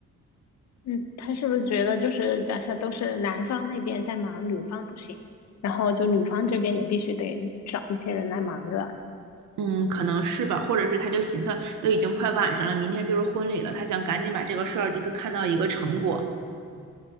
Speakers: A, on the left; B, on the right.
A: 嗯，他是不是觉得就是假设都是男方那边在忙，女方不行，然后就女方这边也必须得找一些人来忙着。
B: 嗯，可能是吧，或者是他就寻思，都已经快晚上了，明天就是婚礼了，他想赶紧把这个事儿就是看到一个成果。